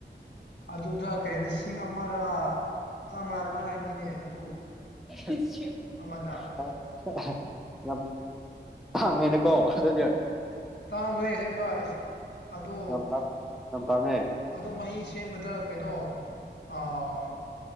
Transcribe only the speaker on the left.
ꯑꯗꯨꯗ ꯀꯩ ꯂꯤꯁꯤꯡ ꯑꯃꯔ ꯆꯥꯃꯉꯥ ꯑꯗꯨꯃꯥꯏ ꯍꯥꯏꯕꯅꯤꯅꯦ ꯑꯗꯨ
ꯑꯃꯗ
ꯇꯥꯡꯕꯅꯦ ꯑꯁꯦꯡꯕ ꯑꯁ ꯑꯗꯣ
ꯑꯗꯣ ꯃꯍꯤ ꯁꯦꯝꯕꯗ ꯀꯩꯅꯣ ꯑꯥ